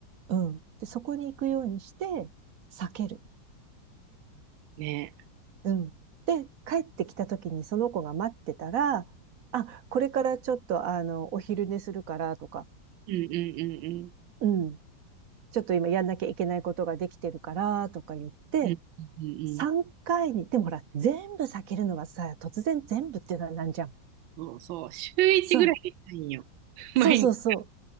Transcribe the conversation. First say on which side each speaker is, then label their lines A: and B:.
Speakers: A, on the right (about 60°); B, on the right (about 80°).
A: うん。で、そこに行くようにして、避ける。
B: ね。
A: うん。で、帰ってきた時にその子が待ってたら、あ、これからちょっとあの、お昼寝するからとか、
B: うんうんうんうん。
A: うん。ちょっと今やんなきゃいけないことができてるからとか言って、
B: うんうんうんうん
A: 3回に、でもほら、全部避けるのはさ、突然全部っていうのはなんじゃん。
B: そうそう、週1ぐらいで行きたいんよ。
A: そう。
B: <laughs> 毎日。
A: そうそうそう。